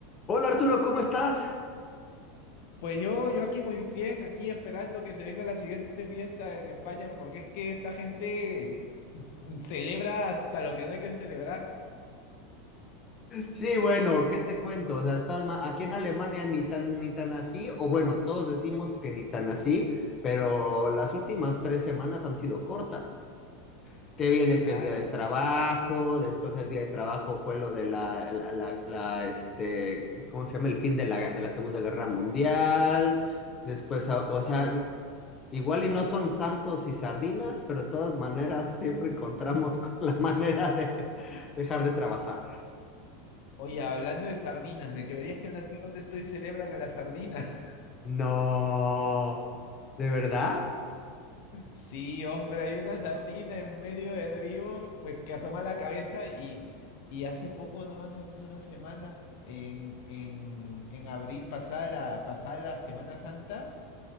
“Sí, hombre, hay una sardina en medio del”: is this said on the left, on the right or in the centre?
Left